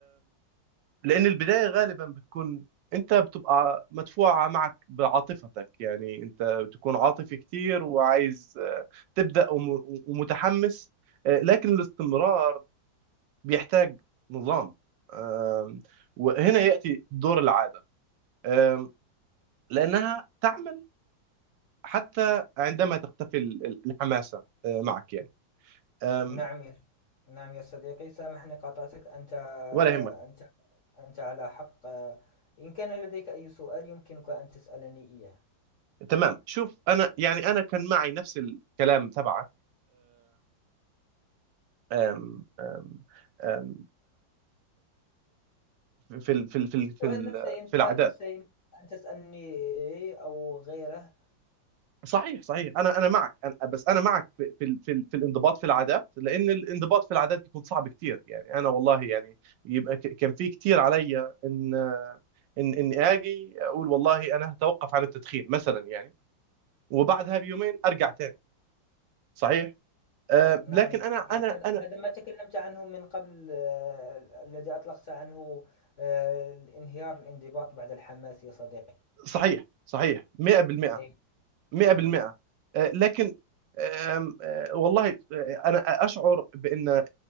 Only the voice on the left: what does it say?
نعم يا نعم يا صديقي سامحني قاطعتك أنت
أنت أنت على حق آه، إن كان لديك أي سؤال يمكنك أن تسألني إياه
سؤال
نفسي سؤال
نفسي يمكن أن تسألني أو غيره
نعم
يا
صديقي هذا
هذا ما تكلمت عنه من قبل آه، الذي أطلقت عنه آه، الانهيار الانضباط بعد الحماس يا صديقي
أي
أيوه